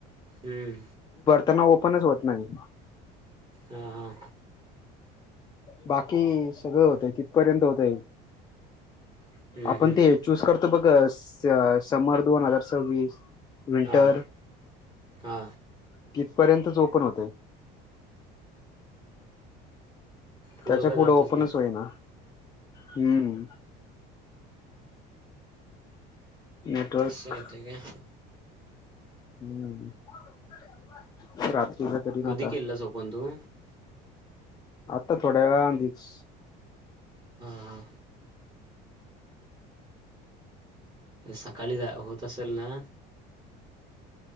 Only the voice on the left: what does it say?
त्यांना ओपनच होत नाही.
बाकी सगळं होतंय तिथपर्यंत होतंय
आपण
ते चूज करतो बघ स समर दोन हजार सव्वीस विंटर
किथ पर्यंतच ओपन होतंय
त्याच्या
पुढे
ओपनच
होई ना हम्म. नेटवर्क
<unintelligible>
आता
आता थोड्या वेळा अधीच